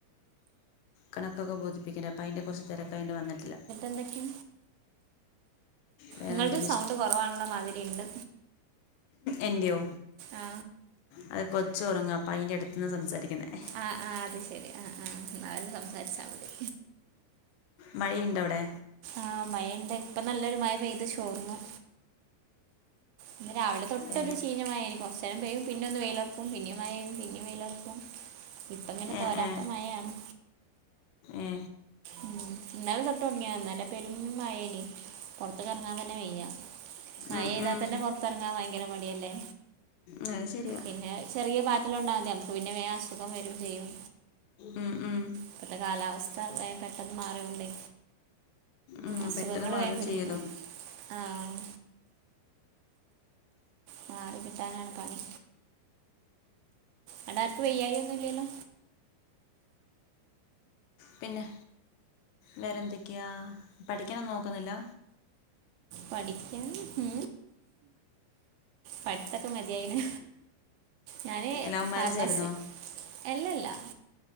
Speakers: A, on the left; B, on the right.
A: കണക്കൊക്കെബോധിപ്പിക്കെണ്ടെ അപ്പയിന്റെകൊറ്ച്ച് തെരക്കായോണ്ട് വന്നിട്ടില്ല
B: എന്തക്കെ
A: വേറെ
B: ഇങ്ങൾത്
A: എന്താ
B: സൗണ്ട് കൊറവാൺള്ള മാതിരിണ്ട്
A: എന്റെയോ
B: ആ
A: അഹ് കൊച്ചൊറങ്ങാ അപ്പയിന്റെ അട്ത്ത്ന്ന സംസാരിക്കുന്നേ
B: ആഹ് ആഹ് അത്ശരി ആഹ് ആഹ് ന്നാലുംസംസാരിച്ചാമതി
A: മഴയ്ണ്ടൊവിടെ
B: ആഹ് മഴണ്ട് ഇപ്പനല്ലൊരു മഴപെയ്തു ചോർന്നു ഇന്ന് രാവിലെതൊട്ടരു
A: ഏ
B: ചീഞ്ഞമയേനി കൊർച്ചെരംപെയ്യും പിന്നൊന്ന് വെയിലർക്കും പിന്നിംമയെയ്യും പിന്നിംവെയിലർക്കും ഇപ്പങ്ങനെ
A: ഏ
B: തോരാത്ത
A: ഏ
B: മയയാണ്
A: ഏ
B: ഉം ഇന്നലെതൊട്ട് തുടങ്ങിയതാ ഇന്നലെ പെരും മയേനി പുറത്ത്ക്ക്റങ്ങാ തെന്നെ വെയ്യ മയെതാൽ
A: ഉം, ഉം.
B: തന്നെ പുറത്തിറങ്ങാൻ ഭയങ്കര മടിയല്ലേ
A: അത് ശരിയാ
B: പിന്നെ ചെറിയ പാറ്റിലാണ്ടാ മതി നമുക്ക് പിന്നെ വേഗം അസുഖം വരും ചെയ്യും
A: ഉം ഉം
B: ഇപ്പോത്തെ കാലാവസ്ഥ വേഗം പെട്ടെന്ന് മാറിയോണ്ടെ
A: ഉം
B: അസുഖങ്ങള്
A: പെട്ടെന്ന് മാറും
B: വേം പിടിക്കും
A: ചെയ്യല്ലോ
B: ആഹ് മാറി കിട്ടാനാണ് പണി അവിടാർക്കും വെയ്യായൊന്നുംല്ലല്ലോ
A: പിന്നെ വേറെന്തൊക്കെയാ പഠിക്കാനൊന്നും നോക്കുന്നില്ല
B: പഠിക്കാൻ ഉം പഠിത്തൊക്കെ മതിയായിണ് ഞാന്
A: ലവ്
B: ഫാർമസി
A: മാരേജ് ആയിരുന്നോ
B: എല്ലല്ലാ